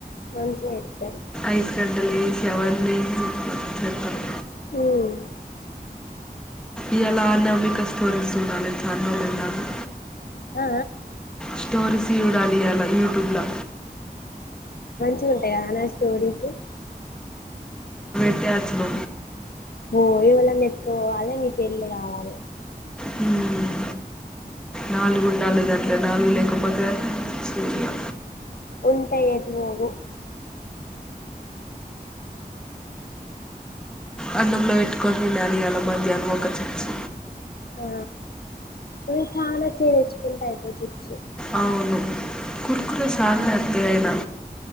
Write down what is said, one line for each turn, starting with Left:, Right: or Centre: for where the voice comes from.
Left: మంచిగ ఏత్తరు
Centre: ఐస్ గడ్డలేసి అవన్నీ వేసి చేత్తరు
Left: హ్మ్
Centre: ఇయలా నబిక స్టోరీస్ చూడాలి చానారోజులయితాంది
Left: అ
Centre: స్టోరీస్ చూడాలియాల యూట్యూబ్లో
Left: స్తుంటయనే స్టోరీస్
Centre: బ్యాచ్లు
Left: ఓయ్ ఎవలన్నా ఎత్తుకపోవాలే నీ పెళ్లి కావాలే
Centre: హ్మ్ నాలుగుండాలి గట్ల నాలుగు లేకపోతే చూడిగా
Left: ఉంటాయి ఎటుపోవు
Centre: అన్నంలో వెట్టుకొని తినాలి అలం మధ్యాహ్నం ఒక చిప్స్
Left: ఆ ఇవి చానా చేయిర్చకుంటయ్ ఇగ చిప్స్
Centre: అవును కుర్ ఒక్కసార్లి అత్త అయినా